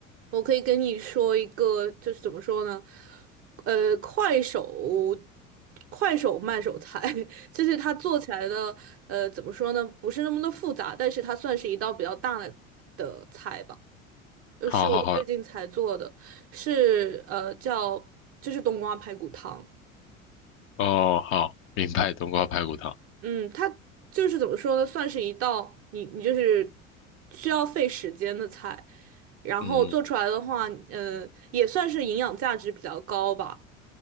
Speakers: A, on the right; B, on the left.
A: 我可以跟你说一个，就是怎么说呢？呃，快手，快手慢手菜，<laughs> 就是它做起来的，呃，怎么说呢？不是那么的复杂，但是它算是一道比较大的的菜吧。就是我最近才做的，
B: 好好好，
A: 是呃叫就是冬瓜排骨汤。
B: 哦，好，明白，冬瓜排骨汤。
A: 嗯，它就是怎么说呢，算是一道你你就是需要费时间的菜，然后做出来的话，
B: 嗯
A: 嗯，也算是营养价值比较高吧。